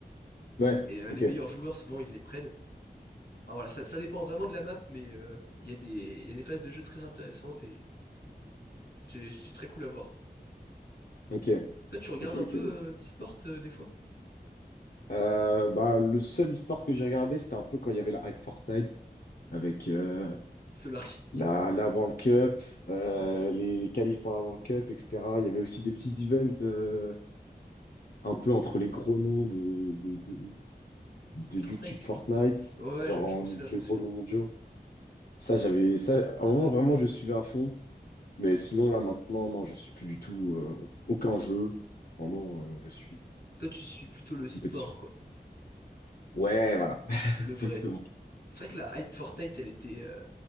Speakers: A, on the left; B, on the left.
A: Ouais,
B: Et euh,
A: ok,
B: les meilleurs joueurs, souvent, ils les prennent. Enfin voilà, ça, ça dépend vraiment de la map, mais euh, il y a des, il y a des phases de jeu très intéressantes et c'est c'est très cool à voir.
A: ok,
B: Toi, tu regardes
A: ok,
B: un
A: ok.
B: peu
A: ouais.
B: euh, d'e-sport euh, des fois?
A: Euh, bah, le seul e-sport que j'ai regardé, c'était un peu quand il y avait la hype Fortnite avec euh,
B: Solari,
A: la, la World Cup, euh, les, les qualifs pour la World Cup, etc. Il y avait aussi des petits events euh, un peu entre les gros noms de de, de, de
B: de
A: YouTube
B: Fortnite?
A: Fortnite,
B: Ouais,
A: genre
B: je,
A: en,
B: je m'en
A: des
B: souviens, je m'en souviens.
A: gros noms mondiaux. Ça, j'avais ça. À un moment, vraiment, je suivais à fond. Mais sinon, là, maintenant, non, je suis plus du tout euh, aucun jeu. Vraiment, euh, je suis
B: Toi, tu suis plutôt le sport,
A: compétition.
B: quoi.
A: Ouais, voilà, <laughs>
B: Le
A: exactement.
B: vrai. C'est vrai que la hype Fortnite, elle était, euh,